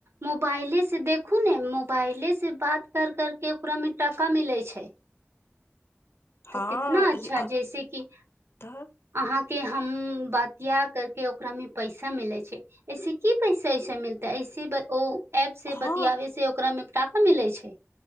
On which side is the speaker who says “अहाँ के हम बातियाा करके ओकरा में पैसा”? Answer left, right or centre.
Right